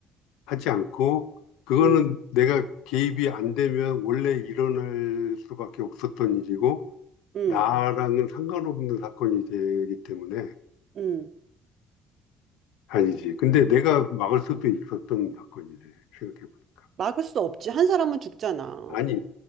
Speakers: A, on the left; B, on the right.
A: 하지 않고 그거는
B: 음,
A: 내가 개입이 안 되면 원래 일어날 수밖에 없었던 일이고
B: 음,
A: 나랑은 상관없는 사건이 되기 때문에
B: 음.
A: 아니지. 근데 내가 막을 수도 있었던 사건이래 생각해보니까.
B: 막을 수 없지. 한 사람은 죽잖아.
A: 아니